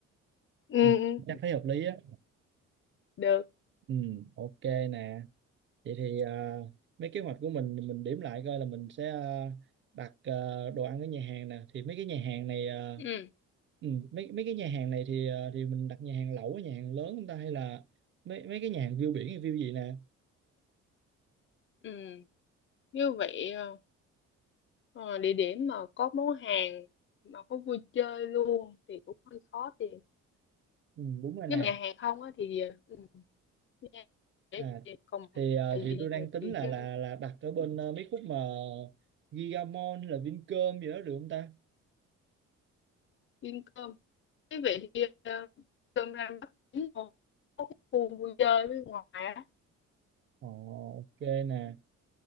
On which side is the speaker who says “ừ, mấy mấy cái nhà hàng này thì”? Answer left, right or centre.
Right